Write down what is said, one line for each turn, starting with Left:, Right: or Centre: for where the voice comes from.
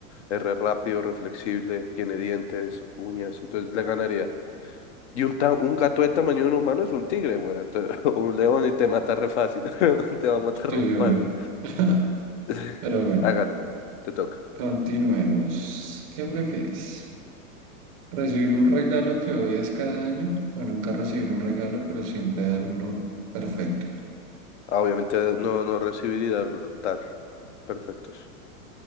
Left: Es re rápido, reflexible, tiene dientes, uñas, entonces le ganaría. Y un, ta- un gato de tamaño de un humano es un tigre, güey. Entonces, <laughs> un león y te mata re fácil. <laughs> Te va a matar
Right: sí,
Left: re
Right: obvio.
Left: fácil.
Right: <laughs>
Left: <laughs>
Right: Pero bueno,
Left: Hágale, te toca.
Right: continuemos. ¿Qué prefieres? Recibir un regalo que odias cada año o nunca recibir un regalo, pero siempre dar uno perfecto.
Left: Ah, obviamente no, no recibir y dar, dar. Perfectos.